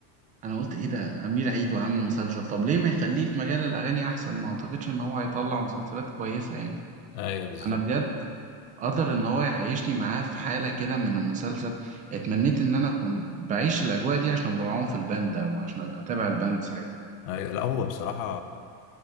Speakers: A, on the right; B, on the left.
A: انا قلت ايه ده امير عيد وعامل مسلسل طب ليه ما يخليه في مجال الاغاني احسن ما اعتقدش ان هو هيطلع مسلسلات كويسه يعني
B: ايوه بالظبط
A: انا بجد قدر ان هو يعيشني معاه في حاله كده من المسلسل اتمنيت ان انا اكون بعيش الاجواء دي عشان ابقى معاهم في الباند او عشان اتابع الباند ساعتها
B: ايوه لا هو بصراحة